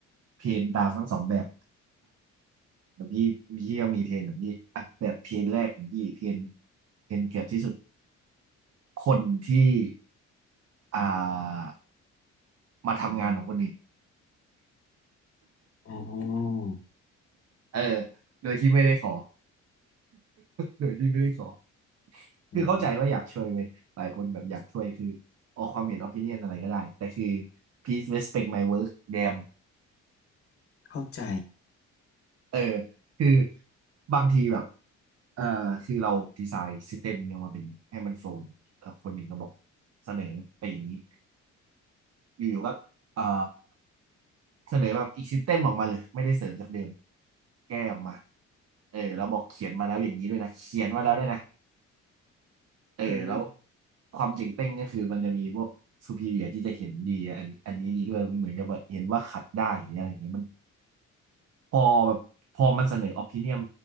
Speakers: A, on the right; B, on the left.
A: เพนตามทั้งสองแบบ แล้วพี่พี่ก็มีเทรนของพี่อ่ะแบบเทรนแรกของพี่เทรนเทรนเกือบที่สุดคนที่อ่ามาทำงานของคนอื่น
B: ออ
A: เออโดยที่ไม่ได้ขอ โดยที่ไม่ได้ขอ
B: อืม
A: คือเข้าใจว่าอยากช่วยเว้ยหลายคนแบบอยากช่วยคือออกความเห็นอ p ิเนียนอะไรก็ได้ แต่คือ please respect my work damn
B: เข้าใจ
A: เออคือบางทีแบบเออคือเราดีไซน์ s ิ s เ e m มยังมาเป็นอย่างนี้ให้มันโฟล์แล้วคนหนึ่งก็บอกเสนอไปอย่างนี้ อยู่ๆก็เอ่อเสนอแบบอีกซิสเต็มออกมาเลยไม่ได้เสริมจากเดิมแก้ออกมาเออแล้วบอกเขียนมาแล้วอย่างนี้ด้วยนะเขียนมาแล้วด้วยนะเออแล้ว
B: อืม
A: ความเจ๋งเต้งก็คือมันจะมีพวก superior ที่จะเห็นดีอันอันนี้ดีด้วยเหมือนกับแบบเห็นว่าขัดได้หรืออะไรอย่างเงี้ยมัน พอแบบพอมันเสนอ opinion